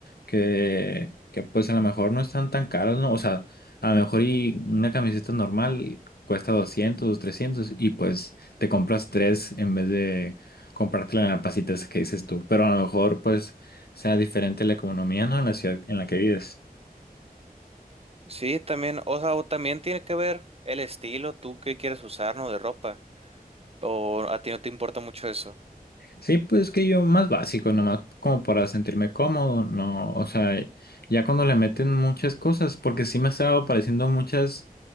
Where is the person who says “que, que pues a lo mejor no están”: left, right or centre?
Left